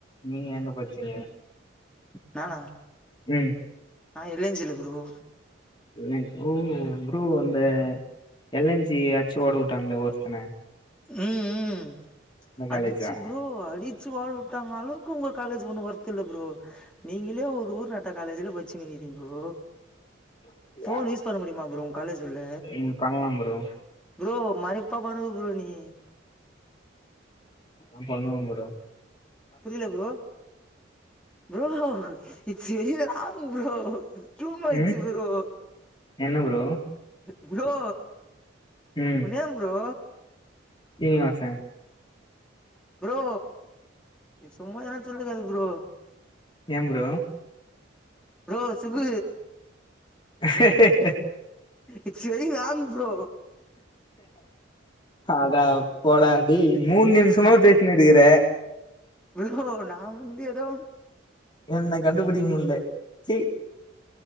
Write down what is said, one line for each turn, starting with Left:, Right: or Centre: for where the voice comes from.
Left: நீங்க எங்க படிச்சீங்க
Centre: நானா
Left: ம்
Centre: நா இல்லன்னு சொல்லு ஃப்ரோ
Left: அ ஓ ப்ரூ அந்த எல் என் ஜி ஆ டிச்சி ஓட வுட்டாங்களே ஒருத்தன
Centre: ம் ம்
Left: அந்த
Centre: அடிச்சி
Left: காலேஜா
Centre: ஃப்ரோ அடிச்சி ஒட வுட்டாங்க அளவு கு உங்க காலேஜ் ஒண்ணு ஒர்த்து இல்ல ஃப்ரோ நீங்களே ஒரு ஊர் நட ட்ட காலேஜ்ல பச்சனீருக்கீங்கோ
Left: அப்டியா
Centre: ஃபோன் யூஸ் பண்ண முடியுமா ஃப்ரோ உங்க காலேஜ் உள்ள
Left: ம் பண்லாம் ப்ரோ
Centre: ஃப்ரோ மறைத்தா பண்ணுவ ஃப்ரோ நீ
Left: ஆ பண்ணுவோ ஃப்ரோ
Centre: புரியில ஃப்ரோ ஃப்ரோ நீ செரிய ஆள் ஃப்ரோ டூ மச்சி
Left: ம்
Centre: ஃப்ரோ
Left: என்ன ப்ரோ
Centre: ஃப்ரோ
Left: ம்
Centre: உன் நேம் ஃப்ரோ
Left: சினிவாச
Centre: ஃப்ரோ நீ சும்மா எதான சொல்லிட்டு இருக்காத ஃப்ரோ
Left: ஏ bro
Centre: bro Sukhu
Left: <unintelligible>
Centre: it's very wrong bro
Left: அட போடா டேய் மூணு நிமிஷோமா பேசி னுயிருக்குற
Centre: ஃப்ரோ நா வந்து ஏதோ
Left: என்ன கண்டுபிடிக்க முடில ச்சீ